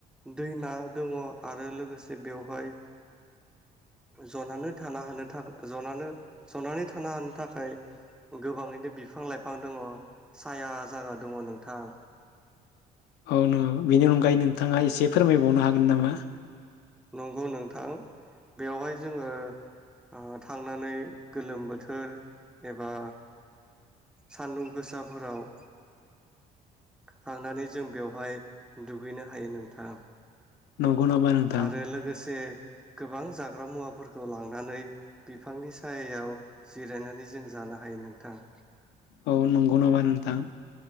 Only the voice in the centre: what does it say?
दैमा दङ आरो लोगोसे बेवहाय जनानै थानो हानो था‌ ज जनानै सनानै थानो हानो थाखाय गोबाङैनो बिफां लाइफां दङ साया जागा दङ नोंथां।
नंगौ नोंथां बेवहाय जोङो ओ थांनानै गोलोम बोथोर एबा सानदुं गोसाफोराव थांनानै जों बेवहाय दुगैनो हायो नोंथां।
आरो लोगोसे गोबां जाग्रा मुवाफोरखौ लांनानै बिफांनि सायायाव जिरायनानै जों जानो हायो नोंथां।